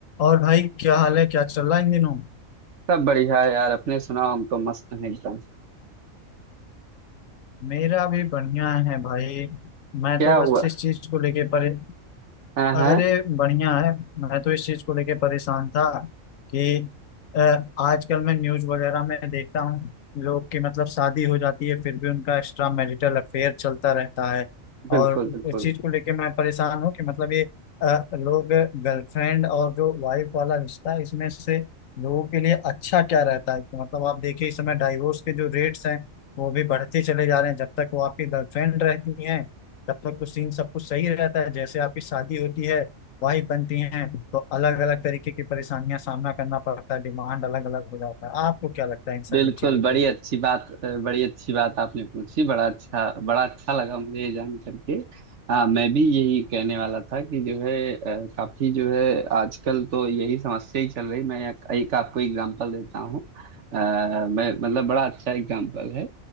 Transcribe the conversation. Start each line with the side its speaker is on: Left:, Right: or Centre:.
Left: और भाई क्या हाल है क्या चल रहा है इन दिनों
Right: सब बढ़िया है यार अपने सुनाओ हम तो मस्त हैं एकदम
Left: मेरा भी बढ़िया है भाई मैं
Right: क्या
Left: तो
Right: हुआ
Left: बस इस चीज को लेके परे
Right: हाँ हाँ
Left: अरे बढ़िया है मैं तो इस चीज को लेके परेशान था कि अ, आजकल मैं न्यूज वगैरह में देखता हूँ लोग की मतलब शादी हो जाती है फिर भी उनका एक्स्ट्रा मैरिटल अफेयर चलता रहता है
Right: बिल्कुल
Left: और
Right: बिल्कुल
Left: इस चीज को लेके मैं परेशान हूँ कि मतलब ये अ, लोग गर्लफ्रेंड और जो वाइफ वाला रिश्ता है इसमें से लोगों के लिए अच्छा क्या रहता है कि मतलब आप देखिए इस समय डाइवोर्स के जो रेट्स हैं वो भी बढ़ते चले जा रहे हैं जब तक वो आपकी गर्लफ्रेंड रहती हैं तब तक तो सीन सब कुछ सही रहता है जैसे आपकी शादी होती है वाइफ बनती हैं तो अलग अलग तरीके की परेशानियां सामना करना पड़ता है डिमांड अलग अलग हो जाता है आपको क्या लगता है इन
Right: बिल्कुल
Left: सभी चीजों
Right: बड़ी
Left: पे
Right: अच्छी बात अ, बड़ी अच्छी बात आपने पूछी बड़ा अच्छा बड़ा अच्छा लगा मुझे ये जान करके हाँ मैं भी यही कहने वाला था कि जो है अ, काफी जो है आजकल तो यही समस्या ही चल रही मैं एक, एक आपको एग्जांपल देता हूँ अ, मैं मतलब बड़ा अच्छा एग्जांपल है